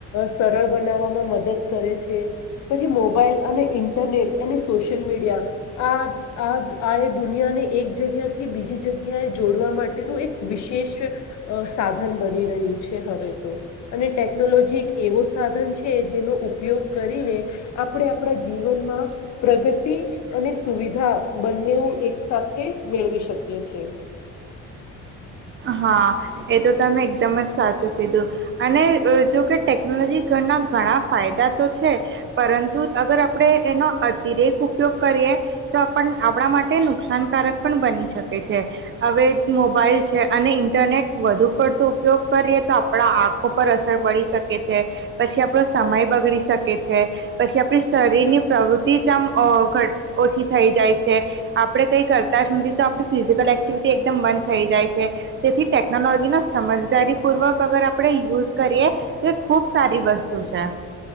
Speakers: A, on the left; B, on the right.
A: સરળ બનાવવામાં મદદ કરે છે. પછી મોબાઈલ અને ઇન્ટરનેટ અને સોશિયલ મીડિયા આ આ આ એ દુનિયાને એક જગ્યા થી બીજી જગ્યાએ જોડવા માટેનું એક વિશેષ અ સાધન બની રહ્યું છે હવે તો, અને ટેકનોલોજી એક એવો સાધન છે, જેનો ઉપયોગ કરી ને આપણા જીવનમાં પ્રગતિ અને સુવિધા બંને એ ક સાથે મેળવી શકીએ છે.
B: હા એ તો તમે એકદમ જ સાચું કીધું અને અ જો કે ટેકનોલોજી ઘણા ઘણા ફાયદા તો છે, પરંતુ અગર આપણેે એનો અતિરેક ઉપયોગ કરીએ તો પણ આપણા માટે નુકસાનકારક પણ બની શકે છે હવે મોબાઈલ છે, છે અને ઇન્ટરનેટ વધુ પડતું ઉપયોગ કરીએ તો આપણા આંખો પર અસર પડી શકે છે, પછી આપડો સમય બગડી શકે છે, પછી આપણી શરીરની પ્રવૃત્તિ જ આમ ગ ઓછી થઈ જાય છે, આપડે કઈ કરતા જ નથી તો આપ ફિઝિકલ એક્ટિવિટી એકદમ બંધ થઇ જાય છે તેથી ટેકનોલોજી નો સમજદારી પૂર્વક અગર આપણે યુઝ કરીએ તો ખુબ સારી વસ્તુ છે.